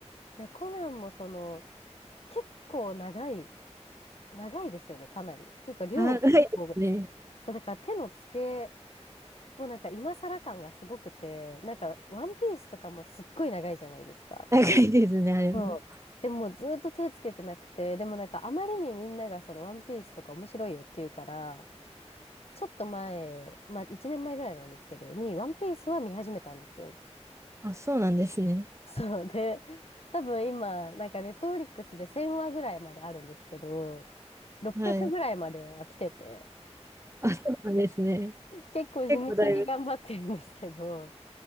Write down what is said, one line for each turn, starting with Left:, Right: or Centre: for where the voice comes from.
Left: いやコナンもその、結構長い、長いですよね、かなり。っていうか、量もすごい。
Right: 長いですね。
Left: そう、だから手の付け、もうなんか今更感がすごくて、なんか、ワンピースとかもすっごい長いじゃないですか。
Right: 長いですね、あれも。
Left: そう。でもずっと手つけてなくて、でもなんかあまりにみんながそのワンピースとか面白いよって言うから、ちょっと前、まあ1年前ぐらいなんですけど、にワンピースは見始めたんですよ。
Right: あ、そうなんですね。
Left: そうで、多分今、なんかネットフリックスで1000話ぐらいまであるんですけど、600ぐらいまでは来てて、
Right: はい。あ、そうなんですね。
Left: 結構地道に頑張ってるんですけど、
Right: 結構だいぶ